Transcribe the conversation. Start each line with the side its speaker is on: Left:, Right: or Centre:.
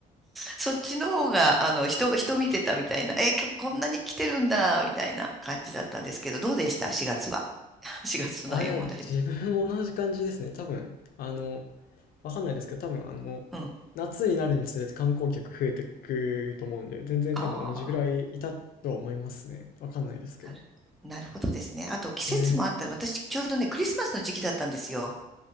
Centre: そっちの方が、あの、人、人見てたみたいな、え、今日こんなに来てるんだ、みたいな感じだったんですけど、どうでした ?4 月は。<laughs> 4月のダイヘッ
Left: あ、いや、自分も同じ感じですね。多分、あの、わかんないですけど、多分、あの、
Centre: ド。うん。
Left: 夏になるにつれて観光客増えてくと思うんで、全然多分同じぐらいいたとは思いますね。
Centre: ああ、
Left: わかんないですけど。
Centre: なる、なるほどですね。あと、季節もあった私、
Left: え
Centre: ちょうどね、クリスマスの時期だったんですよ。